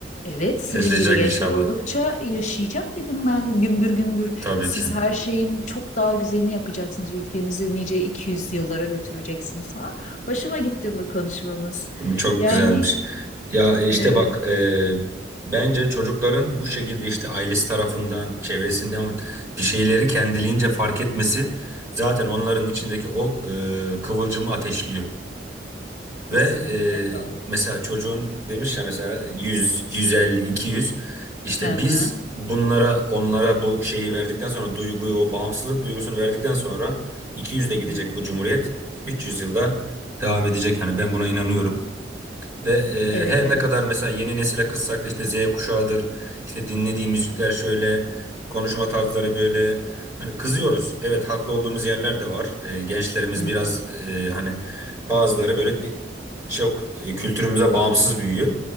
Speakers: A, on the left (about 40°); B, on the right (about 15°).
A: Evet sizin
B: Yaşayacak
A: gibi gençler
B: inşallah.
A: oldukça yaşayacak dedim ben gümbür gümbür.
B: Tabii
A: Siz
B: ki.
A: her şeyin çok daha güzelini yapacaksınız. Ülkemizi nice 200 yıllara götüreceksiniz falan. Hoşuma gitti bu konuşmamız.
B: Çok
A: Yani
B: güzelmiş. Ya e, işte
A: evet
B: bak e, bence çocukların bu şekilde işte ailesi tarafından, çevresinden bir şeyleri kendiliğince fark etmesi zaten onların içindeki o e, kıvılcımı ateşliyor.
A: kesinlikle
B: Ve
A: doğru.
B: e, mesela çocuğun demiş ya mesela 100, 150, 200 işte
A: Hı hı.
B: biz bunlara onlara bu şeyi verdikten sonra duyguyu o bağımsızlık duygusunu verdikten sonra 200 de gidecek
A: Hı
B: bu
A: hı.
B: cumhuriyet 300 yılda devam edecek yani ben buna inanıyorum. Ve e,
A: Evet
B: her
A: evet.
B: ne kadar mesela yeni nesile kızsak da işte Z kuşağıdır, işte dinlediği müzikler şöyle, konuşma tarzları böyle. Hani kızıyoruz. Evet haklı olduğumuz yerler de var. E, gençlerimiz
A: Hı hı.
B: biraz e, hani bazıları böyle di- çok e, kültürümüze bağımsız büyüyor.